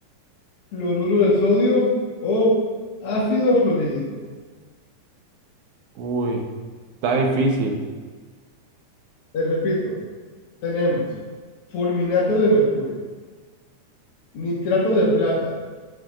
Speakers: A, on the left; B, on the right.
A: cloruro de sodio o ácido fluorídrico.
B: Uy, está difícil.
A: Te repito, tenemos fulminato de mercurio, nitrato de plata,